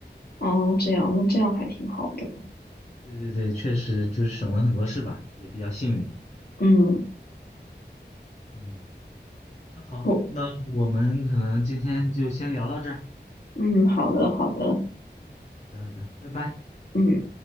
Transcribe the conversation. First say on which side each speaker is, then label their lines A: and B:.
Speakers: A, on the left; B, on the left.
A: 哦，这样，那这样还挺好的。
B: <laughs> 对对对，确实就是省了很多事吧，也比较幸运，
A: 嗯，
B: 嗯。那好，
A: 我，
B: 那我们可能今天就先聊到这儿。
A: 嗯，好的，好的，
B: 好的，好的，拜拜。
A: 嗯。